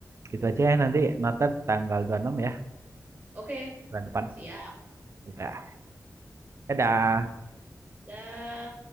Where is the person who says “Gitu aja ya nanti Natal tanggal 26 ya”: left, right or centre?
Right